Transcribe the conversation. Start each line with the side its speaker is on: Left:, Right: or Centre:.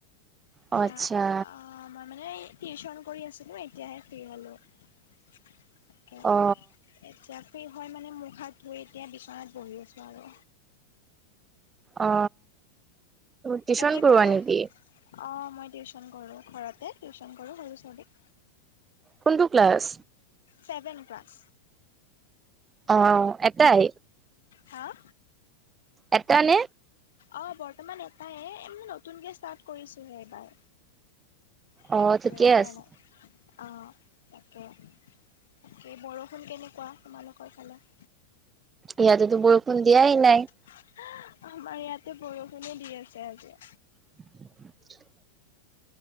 Left: এতিয়া
Right: অ আচ্ছা
Left: আ মই মানে‌ এই টিউচন কৰি আছিলো, এতিয়াহে ফ্ৰী হলো এতিয়া। এতিয়া
Right: অ
Left: ফ্ৰি'হয় মানে মুখ- হাত ধুই এতিয়া বিচনাত বহি আছো আৰু।
Right: অ টিউচন
Left: বাকি
Right: কৰোৱা
Left: বড়ো
Right: নেকি
Left: অ মই টিউচন কৰো, ঘৰতে টিউচন কৰো সৰু ছোৱালীক।
Right: কোনটো ক্লাছ?
Left: Seven class.
Right: অঁ, এটাই?
Left: হাঁ?
Right: এটানে?
Left: অ বৰ্তমান এটাই, <unintelligible> নতুনকে ষ্টাৰ্ট কৰিছোহে এইবাৰ। সেইটোৱে
Right: অ ঠিকে
Left: কাৰনে,
Right: আছে
Left: অ তাকে। এ বৰষুণ কেনেকুৱা তোমালোকৰ ফালে
Right: ইয়াতে তো বৰষূণ দিয়াই নাই
Left: আহ আমাৰ ইয়াতে বৰষুণে দি আছে আজি
Right: <unintelligible>